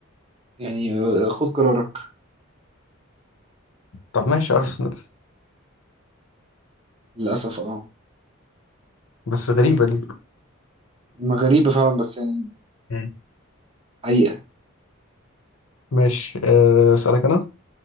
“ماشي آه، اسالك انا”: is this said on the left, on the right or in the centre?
Left